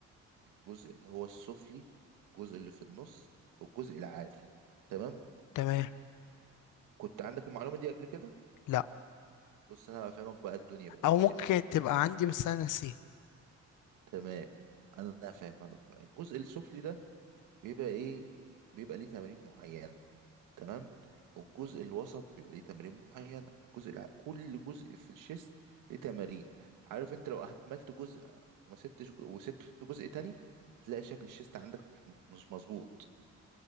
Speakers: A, on the right; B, on the left.
A: الجزء اللي هو السفلي الجزء اللي في النص والجزء العالي تمام
B: تمام
A: كنت عندك المعلومة دي قبل كده
B: لأ
A: بص انا هفهمك بقى الدنيا بقى
B: أو
A: ماشية
B: ممكن
A: ازاي
B: تبقى عندي بس أنا ناسيها
A: تمام انا هفهمك بقى الجزء السفلي ده بيبقى ايه بيبقى ليه تمارين معينة تمام والجزء الوسط بيبقى ليه تمارين معينة والجزء الع... كل جزء في الشيست ليه تمارين عارف انت لو اهملت جزء وما سبتش جو- وسبت جزء تاني هتلاقي شكل الشيست عندك مش مش مظبوط